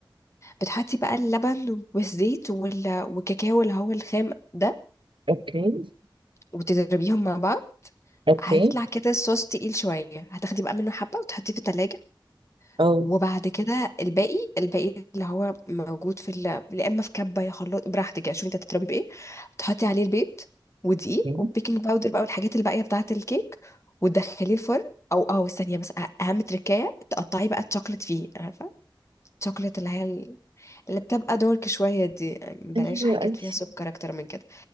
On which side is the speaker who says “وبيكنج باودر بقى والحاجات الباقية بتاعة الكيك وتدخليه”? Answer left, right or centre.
Left